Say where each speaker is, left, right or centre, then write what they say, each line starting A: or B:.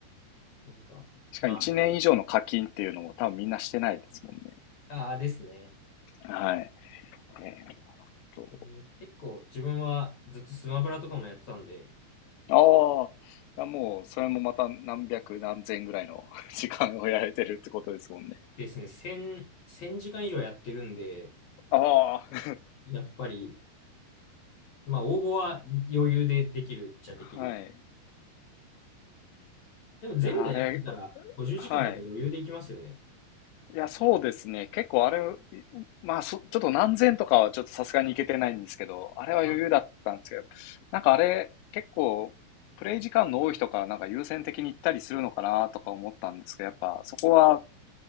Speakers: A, on the left; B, on the left.
A: なんか、
B: しかも1年以上の課金っていうのも多分みんなしてないですもんね。
A: まあ、ああですね。
B: はい。えーっと、
A: うん結構自分はずっとスマブラとかもやってたんで、
B: ああ、いやもう、それもまた何百何千ぐらいの <laughs> 時間をやられてるってことですもんね。
A: ですね、1 0 1000時間以上やってるんで、
B: ああ、
A: やっぱり、まあ、応募は余裕でできるっちゃできる。
B: はい。
A: でも、ゼルダやってたら、
B: いや、あれ、
A: 50時間なんか余裕でいきますよね。
B: はい。いや、そうですね。結構あれ、まあ、そ、ちょっと何千とかはちょっとさすがにいけてないんですけど、あれは余裕だったんですけど、
A: はい。
B: なんかあれ、結構、プレイ時間の多い人からなんか優先的に行ったりするのかなとか思ったんですけど、やっぱそこは